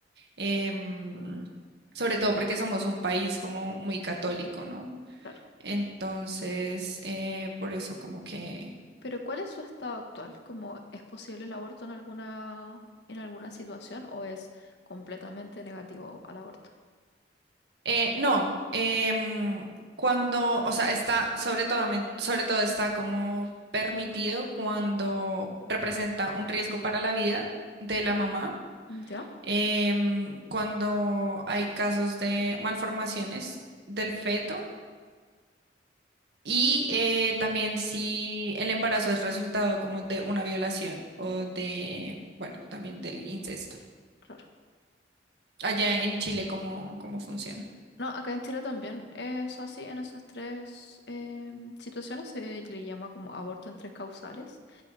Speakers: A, on the right; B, on the left.
A: em, sobre todo porque somos un país como muy católico, ¿no?
B: Claro.
A: Entonces, eh, por eso como que...
B: Pero ¿cuál es su estado actual? ¿Cómo es posible el aborto en alguna, en alguna situación o es completamente negativo al aborto?
A: eh, no, em, cuando, o sea, está, sobre todo, sobre todo está como permitido cuando representa un riesgo para la vida de la mamá,
B: ¿Ya?
A: em, cuando hay casos de malformaciones del feto Y
B: Ujú,
A: eh, también si el embarazo es resultado como de una violación o de, bueno, también del incesto.
B: Claro.
A: Allá en Chile, ¿cómo, cómo funciona?
B: No, acá en Chile también es así, en esas tres em, situaciones se le llama como aborto en tres causales